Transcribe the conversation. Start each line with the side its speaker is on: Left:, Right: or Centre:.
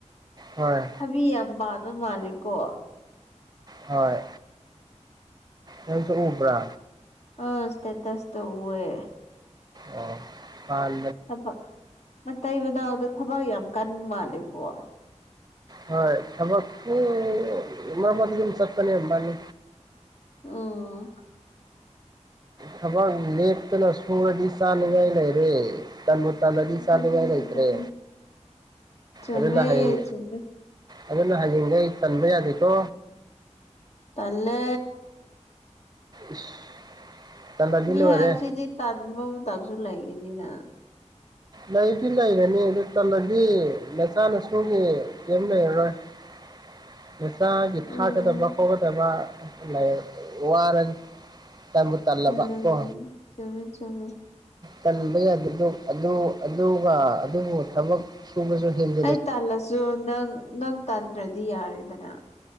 Right: ꯍꯣꯏ
Left: ꯊꯕꯤ ꯌꯥꯝ ꯄꯥꯟꯕ ꯃꯥꯂꯦ ꯀꯣ
Right: ꯍꯣꯏ ꯅꯪꯁꯨ ꯎꯕ꯭ꯔꯥ
Left: ꯑ ꯁꯇꯦꯠꯇꯁ ꯇ ꯎꯑꯦ
Right: ꯑꯣ ꯄꯥꯜ
Left: ꯊꯕꯛ ꯃꯇꯩ ꯃꯅꯥꯎꯗꯣ ꯊꯕꯛ ꯌꯥꯝ ꯀꯟꯕ ꯃꯥꯜꯂꯦꯀꯣ
Right: ꯍꯣꯏ ꯊꯕꯛ ꯏꯝ ꯃꯔꯛ ꯃꯔꯛꯇꯤ ꯑꯗꯨꯝ ꯆꯠꯄꯅꯦ ꯃꯕꯥꯅꯤ
Left: ꯑꯝ
Right: ꯊꯕꯛ ꯂꯦꯇꯅ ꯁꯨꯔꯗꯤ ꯆꯥꯅꯤꯡꯉꯥꯏ ꯂꯩꯔꯦ ꯇꯟꯕꯨ ꯇꯜꯂꯗꯤ
Left: ꯑꯗꯨꯅꯤ
Right: ꯆꯥꯅꯤꯡꯉꯥꯏ ꯂꯩꯇ꯭ꯔꯦ
Left: ꯑꯗꯨꯅꯤ ꯆꯨꯝꯃꯦ
Right: ꯑꯗꯨꯅ ꯍꯌꯦꯡ
Left: ꯆꯨꯝꯃꯦ
Right: ꯑꯗꯨꯅ ꯍꯌꯦꯡꯒꯩ ꯇꯟꯕ ꯌꯥꯗꯦꯀꯣ
Left: ꯇꯜꯂꯦ
Right: ꯏꯁ ꯇꯜꯂꯗꯤ
Left: ꯃꯤ
Right: ꯂꯣꯏꯔꯦ
Left: ꯍꯥꯏꯕꯁꯤꯗꯤ ꯇꯟꯕ ꯃꯇꯝꯁꯨ ꯂꯩꯒꯅꯤꯅ
Right: ꯂꯩꯗꯤ ꯂꯩꯔꯅꯤ ꯑꯗꯨ ꯇꯜꯂꯗꯤ ꯅꯆꯥ ꯅꯁꯨꯒꯤ ꯀꯔꯤꯝ ꯂꯩꯔꯔꯣꯏ <unintelligible> ꯃꯆꯥꯒꯤ
Left: ꯎꯝ
Right: ꯊꯥꯛꯀꯗꯕ ꯈꯣꯠꯀꯗꯕ ꯂꯩꯔ ꯋꯥꯔꯅꯤ ꯇꯟꯕꯨ ꯇꯜꯂꯕ
Left: ꯎꯝ
Right: ꯀꯣ
Left: ꯆꯨꯝꯃꯦ ꯆꯨꯝꯃꯦ
Right: ꯇꯟꯕ ꯌꯥꯕꯗꯨ ꯑꯗꯨ ꯑꯗꯨꯒ ꯑꯗꯨꯕꯨ ꯊꯕꯛ ꯁꯨꯕꯁꯨ ꯍꯦꯜ
Left: ꯑꯩ ꯇꯜꯂꯁꯨ ꯅꯪ ꯅꯪ ꯇꯟꯗ꯭ꯔꯗꯤ ꯌꯥꯔꯦꯗꯅ